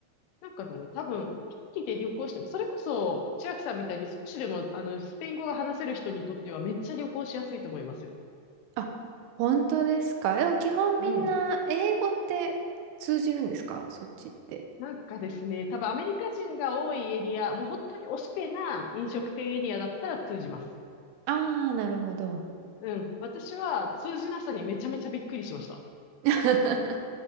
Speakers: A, on the left; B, on the right.
A: なんかね、多分、機器で旅行しても、それこそ千秋さんみたいに少しでもあのスペイン語が話せる人にとってはめっちゃ旅行しやすいと思いますよ。
B: あ、本当ですか。でも基本みんな英語って通じるんですかそっちって。
A: うん。なんかですね、多分アメリカ人が多いエリア、もう本当におしペな飲食店エリアだったら通じます。
B: ああ、なるほど。
A: うん。私は通じなさにめちゃめちゃびっくりしました。
B: <laughs>